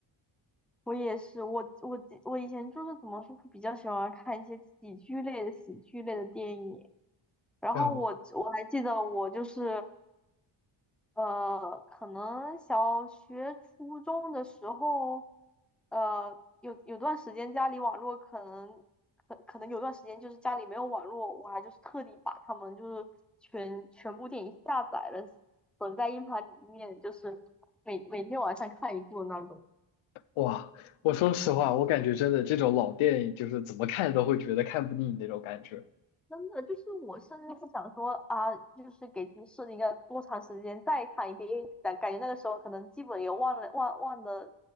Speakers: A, in the centre; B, on the left.
A: 我也是，我我记我以前就是怎么说，会比较喜欢看一些喜剧类的喜剧类的电影。然后我我还记得，
B: 啊，
A: 我就是呃，可能小学、初中的时候，呃，有有段时间家里网络可能可可能有段时间就是家里没有网络，我还就是特地把他们就是全全部电影下载了，存在硬盘里面，就是每每天晚上看一部那种。
B: 哇，我说实话，我感觉真的这种老电影就是怎么看都会觉得看不腻那种感觉。
A: 真的就是我甚至不想说啊，就是给自己设定一个多长时间再看一遍，因为感感觉那个时候可能基本也忘了忘忘了，